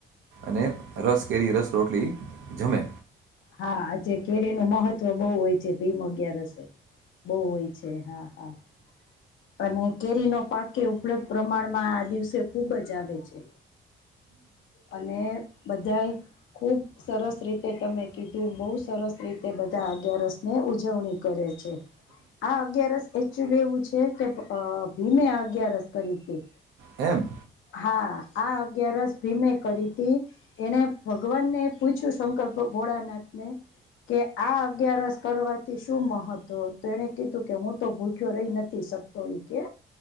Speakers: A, on the right; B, on the left.
A: અને રસ કેરી રસ રોટલી જમે
B: હા આજે કેરી ન મહત્વ બહુ હોય છે ભીમ અગયારસે બહુ હોય છે હા હા અને કેરી ન પાકે એ ઉપલબ્ધ પ્રમાણમાં આ દિવસે ખુબ જ આવે છે અને બધા ખુબ સરસ રીતે તમે કીધું બહુ સરસ રીતે બધા અગિયારસ ને ઉજવણી કરે છે આ અગિયારસ એચ્યુ લેવું છે કે ભીમે અગિયારસ કરી તી
A: એમ
B: હા આ અગયારસ ભીમે કરી તી એને ભગવાનને પૂછ્યું શંકર ભોળાનાથને કે આ અગિયારસ કરવાથી શું મહત્વ તો એને કીધું કે હું તો ભૂખ્યો રહી નથી શકતો કે